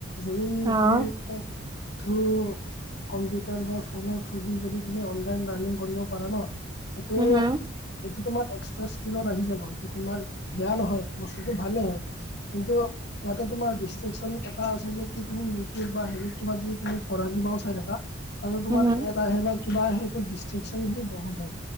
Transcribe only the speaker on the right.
উম
হম
উম হম।